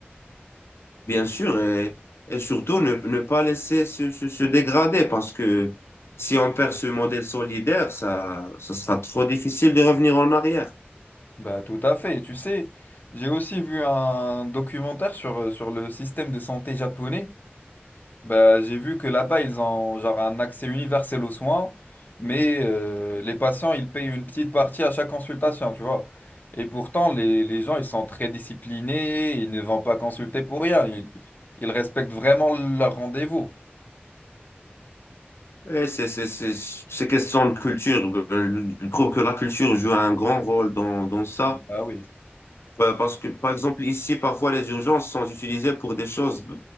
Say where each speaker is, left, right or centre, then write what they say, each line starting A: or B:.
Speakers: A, on the left; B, on the left.
A: Bien sûr, et, et surtout, ne, ne pas laisser se, se, se dégrader, parce que si on perd ce modèle solidaire, ça, ça sera trop difficile de revenir en arrière.
B: Bah, tout à fait. Et tu sais, j'ai aussi vu un documentaire sur, euh, sur le système de santé japonais. Bah, j'ai vu que là-bas, ils ont genre un accès universel aux soins, mais euh, les patients, ils payent une petite partie à chaque consultation, tu vois. Et pourtant, les, les gens, ils sont très disciplinés, ils ne vont pas consulter pour rien. Ils, ils respectent vraiment leur rendez-vous.
A: Et c'est, c'est, c'est, c'est question de culture. Ben, Je trouve que la culture joue un grand rôle dans, dans ça
B: Ah oui.
A: Ouais, Parce que, par exemple, ici, parfois, les urgences sont utilisées pour des choses